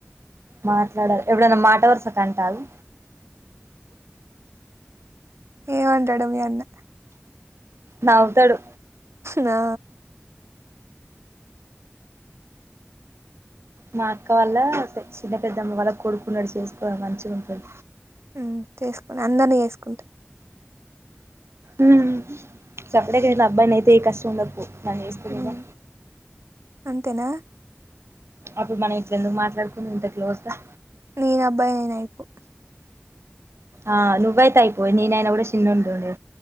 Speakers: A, on the right; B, on the right.
A: మాట్లాడాలి ఎప్పుడన్నా మాట వరుసక అంట అగు
B: ఏమంటాడో మీ అన్న
A: నవుతడు
B: నా
A: మా అక్క వల్ల చిన్న పెద్దమ్మ వాల్ళ కొడుకున్నడు చేసుకోవాల మంచిగా ఉంటడు
B: ఊ చేసుకోని అందరినీ చేసుకుంట
A: ఊ సప్పడేక నేన్ అబ్బాయిని అయితే ఈ కష్టం ఉండక పోవు నన్ను చూసుకుందువుగా
B: ఉమ్ అంతేనా
A: అప్పుడు మనం ఇట్ల ఎందుకు మాట్లాడుకుందుం ఇంత క్లోజ్ గా
B: నేను అబ్బాయి ఐన అయిపోవు
A: ఆ నువ్వైయితయిపోవే నీ అయిన అ కూడా చిన్నగుంటుండే